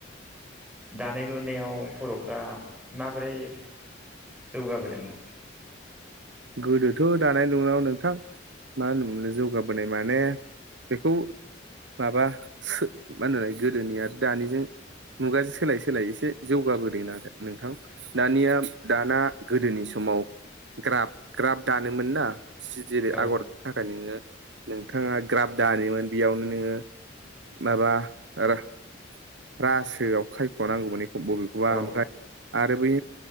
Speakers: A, in the centre; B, on the right.
A: दानाय लुनायाव बर'फ्रा माबोरै जौगाबोदोंमोन?
B: गोदोथ' दानाय लुनायाव नोंथां मा होनोमोन जौगाबोनाय माने बेखौ माबा मा होनोमोनलाय गोदोनि आरो दानिजों मुगाजों सोलाय सोलाय एसे जौगाबोदों न नोंथां दानिया दाना गोदोनि समाव ग्रा ग्राब दानोमोन ना सि जेरै
A: औ
B: आगर थाखाय नोङो नोंथाङा ग्राफ दानोमोन बेयावनो नोङो माबा आरो रासोआव खायख' नांगौमोन एखौ बबेखौबा
A: औ
B: ओमफ्राय आरो बै